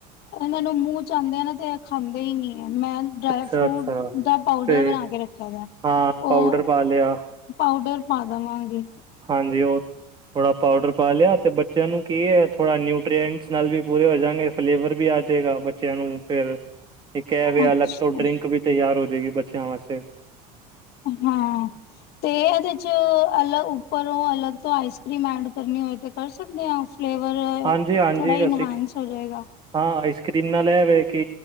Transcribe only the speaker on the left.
ਇਹਨਾਂ ਨੂੰ ਮੂੰਹ ਚ ਆਂਦੇ ਏ ਨਾ ਤੇ ਏ ਖਾਂਦੇ ਹੀ ਨੀ ਐ, ਮੈਂ ਡਰਾਈ
ਫਰੂਟ
ਦਾ ਪਾਊਡਰ
ਬਣਾ ਕੇ ਰੱਖਿਆ ਹਦਾ ਏ,
ਉਹ
ਪਾਊਡਰ ਪਾ ਦਵਾਂਗੀ।
ਅੱਛਾ
ਹਾਂ ਤੇ ਇਹਦੇ ਚ ਅਲਗ ਉੱਪਰੋਂ ਅਲੱਗ ਤੋਂ ਆਈਸ ਕ੍ਰੀਮ ਏਡ ਕਰਨੀ ਹੋਏ ਤੇ ਕਰ ਸਕਦੇ ਹਾਂ ਅਸ? ਫਲੇਵਰ
ਥੋੜਾ ਇਨਹਾਂਸ
ਹੋ ਜੇਗਾ।